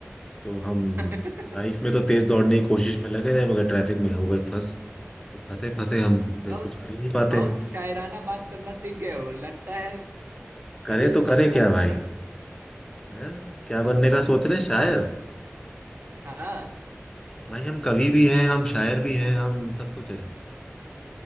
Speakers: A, on the left (about 15°); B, on the right (about 55°).
A: तो हम
B: <laughs>
A: लाइफ में तो तेज दौड़ने की कोशिश में लगे रहे मगर ट्रैफिक में हो गए फंस तो फंसे फंसे हम फिर
B: बहुत
A: कुछ कर ही नहीं पाते
B: बहुत शायराना बात करना सीख गए हो लगता है
A: करे
B: कभी भी
A: तो
B: बनने
A: करे
B: का
A: क्या
B: सोच
A: भाई
B: रहे हो
A: हैं क्या बनने का सोच रहे हैं? शायर
B: हाँ हाँ
A: भाई हम कवि भी हैं हम शायर भी हैं हम सब कुछ है